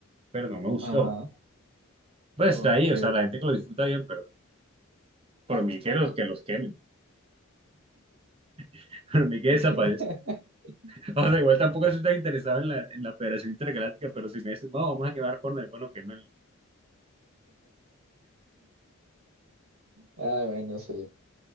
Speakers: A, on the right (about 25°); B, on the right (about 80°).
A: pero no me gustó.
B: Ajá,
A: Pues
B: ok.
A: está ahí, o sea, la gente que lo disfruta bien, pero por mí que los, que los quemen, <laughs> por mí que
B: <laughs>
A: desaparezca. O sea, igual tampoco estoy tan interesado en la, en la Federación Intergaláctica, pero si me dicen, no, vamos a quemar Fortnite, bueno, quémelo.
B: Ah, bueno, sí,